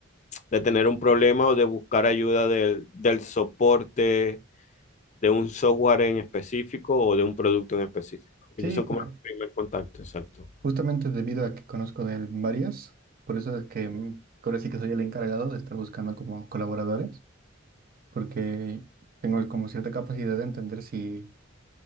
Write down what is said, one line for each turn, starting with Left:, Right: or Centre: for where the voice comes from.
Left: de tener un problema o de buscar ayuda del, del soporte de un software en específico o de un producto en específico. Ellos
Right: Sí,
Left: son como
Right: pero
Left: el primer contacto, exacto.
Right: justamente debido a que conozco de él varias, por eso es que mm, ahora sí que soy el encargado de estar buscando como colaboradores, porque tengo como cierta capacidad de entender si